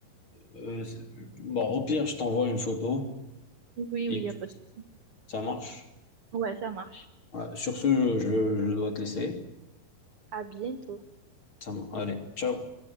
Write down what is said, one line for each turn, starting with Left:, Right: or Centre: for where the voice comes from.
Left: euh, euh, bon, au pire, je t'envoie une photo
Right: Oui,
Left: et
Right: oui, il n'y a pas de souci.
Left: ça marche.
Right: Ouais, ça marche.
Left: Ouais, Sur ce, je, je dois te laisser.
Right: À bientôt.
Left: Ça m- Allez, ciao.